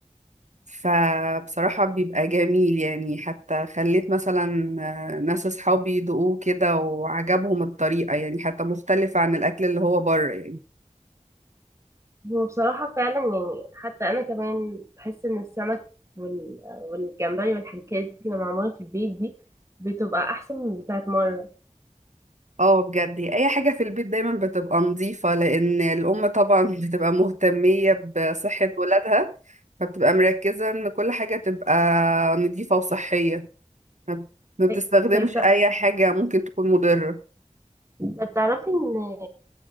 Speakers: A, on the right; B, on the right.
A: فبصراحة بيبقى جميل يعني حتى خليت مثلا آه، ناس أصحابي يدوقوه كده وعجبهم الطريقة يعني حتى مختلفة عن الأكل اللي هو بره يعني
B: هو بصراحة فعلا يعني حتى أنا كمان بحس إن السمك وال... والجمبري والحاجات دي اللي معمولة في البيت دي بتبقى أحسن من بتاعة بره
A: اه بجد هي أي حاجة في البيت دايما بتبقى نظيفة لأن الأم طبعا <laughs> بتبقى مهتمية بصحة ولادها فبتبقى مركزة إن كل حاجة تبقى نظيفة وصحية ما ما بتستخدمش
B: طيب طيب بتع-
A: أي حاجة ممكن تكون مضرة
B: طب تعرفي إن